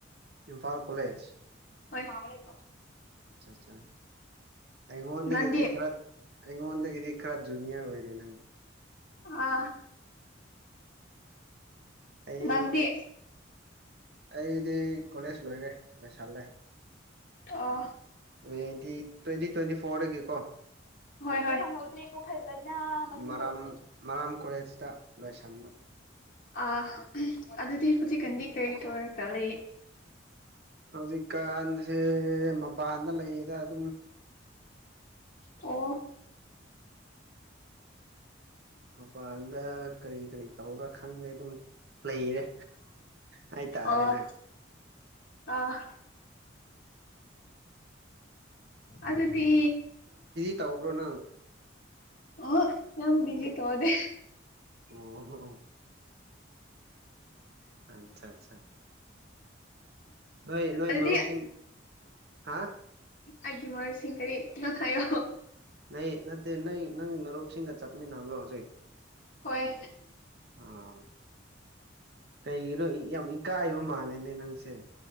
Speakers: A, on the right; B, on the left.
A: ꯏꯝꯐꯥꯜ ꯀꯣꯂꯦꯖ
B: ꯃꯥꯃ ꯂꯩꯕ
A: ꯑꯆꯥ ꯑ ꯑꯩꯉꯣꯟꯗꯒꯤꯗꯤ
B: ꯅꯪꯗꯤ
A: ꯈꯔ ꯑꯩꯉꯣꯟꯗꯒꯤꯗꯤ ꯈꯔ ꯖꯨꯅꯤꯌꯔ ꯑꯣꯏꯔꯦ ꯅꯪ
B: ꯑ
A: ꯑꯩ
B: ꯅꯪꯗꯤ
A: ꯑꯩꯗꯤ ꯀꯣꯂꯦꯖ ꯂꯣꯏꯔꯦ ꯂꯣꯏꯁꯤꯜꯂꯦꯇꯤ
B: ꯑ
A: ꯇ꯭ꯋꯦꯟꯇꯤ ꯇ꯭ꯋꯦꯟꯇꯤ ꯐꯣꯔꯗꯒꯤꯀꯣ
B: ꯍꯣꯏ ꯍꯣꯏ ꯈꯪꯍꯧꯗ꯭ꯔꯦꯀꯣ ꯐꯖꯅ ꯃꯊꯪ
A: ꯃꯔꯥꯝ
B: ꯊꯣꯛꯛꯄ
A: ꯃꯔꯥꯝ ꯀꯣꯂꯦꯖꯇ ꯂꯣꯏꯁꯟꯕ
B: <inaudible> ꯑ ꯑꯗꯨꯗꯤ ꯍꯧꯖꯤꯛ ꯀꯟꯗꯤ ꯀꯩ ꯇꯧꯔꯒ ꯂꯩ
A: ꯍꯧꯖꯤꯛꯀꯥꯟꯁꯦ ꯃꯄꯥꯟꯗ ꯂꯩꯔꯤꯗ ꯑꯗꯨꯝ
B: ꯑꯣ
A: ꯃꯄꯥꯟꯗ ꯀꯔꯤ ꯀꯔꯤ ꯇꯧꯔꯥ ꯈꯪꯗꯦ ꯑꯗꯨꯝ ꯂꯩꯔꯦ ꯍꯥꯏ ꯇꯥꯔꯦꯅꯥ
B: ꯑꯥ ꯑꯥ ꯑꯗꯨꯗꯤ
A: ꯇꯕ꯭ꯔꯣ ꯅꯪ
B: ꯑ ꯌꯥꯝ ꯕꯤꯖꯤ ꯇꯧꯗꯦ
A: ꯑꯣꯣ ꯑꯆꯥ ꯑꯠꯆꯥ ꯅꯣꯏ ꯅꯣꯏ
B: ꯑꯗꯨꯗꯤ
A: ꯃꯔꯨꯞꯁꯤꯡ ꯍꯥ
B: ꯑꯩꯒꯤ ꯃꯥꯔꯨꯞꯁꯤꯡ ꯀꯔꯤ ꯅ ꯍꯥꯏꯌꯣ
A: ꯅ ꯅꯠꯇꯦ ꯅꯪ ꯅꯪ ꯃꯔꯣꯞꯁꯤꯡꯒ ꯆꯠꯃꯤ ꯅꯅꯥ꯭ꯔꯣ ꯍꯧꯖꯤꯛ
B: ꯍꯣꯏ
A: ꯑꯥ ꯀꯩꯒꯤꯅꯣ ꯌꯥꯝ ꯏꯀꯥꯏꯕ ꯃꯥꯜꯂꯦꯅꯦ ꯅꯪꯁꯦ